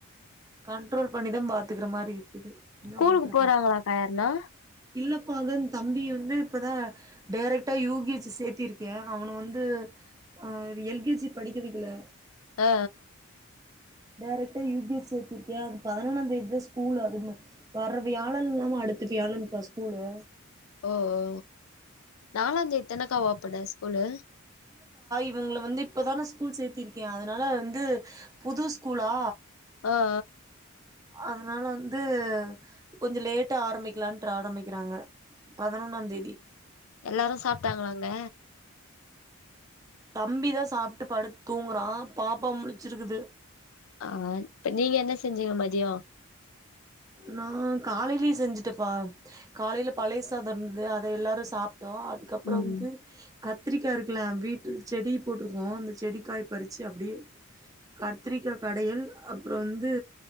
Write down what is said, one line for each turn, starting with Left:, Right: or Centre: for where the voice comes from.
Right: கண்ட்ரோல் பண்ணிதா பாத்துக்குற மாரி இருக்குது என்ன
Left: கூலுக்கு
Right: பண்றது
Left: போறாங்களாக்கா யார்னா
Right: இல்லப்பா அங்கன் தம்பி வந்து இப்பதா டேரக்ட்டா யு கே ஜி சேத்திருக்கே அவன வந்து ஆ எல் கே ஜி படிக்க வெக்கில
Left: அ அ
Right: டேரெக்ட்டா யு கே ஜி சேத்திர்க்கே அது பதினொன்னாந்தேதி தா ஸ்கூலு அது வர்ற வியாழன் இல்லாம அடுத்த வியாழன்ப்பா ஸ்கூலு
Left: ஒ ஓ நாலாந்தே தெனக்கா ஓப்பனு ஸ்கூலு
Right: ப இவ்ங்கள வந்து இப்ப தான ஸ்கூல் சேத்திருக்கே அதுனால வந்து புது ஸ்கூலா
Left: அ அ
Right: அத்னால வந்து கொஞ்ச லேட்டா ஆரமிக்லாட்ரு ஆரம்பிக்கிறாங்க பதினொன்னாந் தேதி
Left: எல்லாரு சாப்ட்டாங்களா அங்க
Right: தம்பிதா சாப்ட்டு படுத் தூங்குறா பாப்பா முழிச்சிருக்குது
Left: ஆ இப்ப நீங்க என்ன செஞ்சீங்க மதியொ
Right: நா காலைலயே செஞ்சுட்டப்பா காலைல பழை சாதொருந்துது அத எல்லாரு சாப் ட்டோ அதுக்கப்றொ
Left: ம்
Right: வந்து கத்ரிக்கா இருக்குல்ல வீட்டு செடி போட்ருக்கோ அந்த செடிக்காய் பறிச்சி அப்டியே கத்திரிக்கா கடயல் அப்றொ வந்தூ